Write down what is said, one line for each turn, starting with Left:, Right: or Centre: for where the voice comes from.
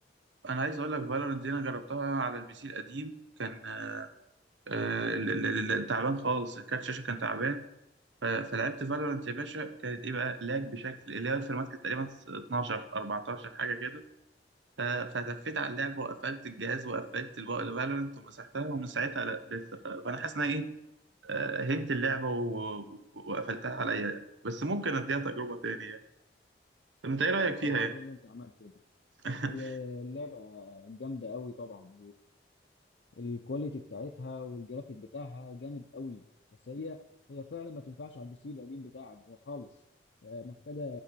Right: أنا عايز أقول لك فالورنت دي أنا جربتها على البي سي القديم كان آه، ال- ال- ال- تعبان خالص الكارت شاشة كان تعبان ف- فلعبت فالورانت يا باشا كانت ايه بقى لاج بشكل اللي هي الفيرمات كانت تقريبا 12 14 حاجه كده ف- فتفيت على اللعبه وقفلت الجهاز وقفلت الفالورانت ومسحتها ومن ساعتها لا لسه ف- فانا حاسس ان أنا ايه آه، هنت اللعبه و- و- وقفلتها عليا يعني. بس ممكن اديها تجربه تانية يعني طب انت ايه رايك
Left: اه طبعا
Right: فيها يعني
Left: ايه اللي انت عملته ده
Right: <laughs>
Left: هي اللعبه جامده قوي طبعا الكواليتي بتاعتها والجرافيك بتاعها جامد قوي بس هي هي فعلا ما تنفعش على البي سي القديم بتاعك ده خالص آه، محتاجه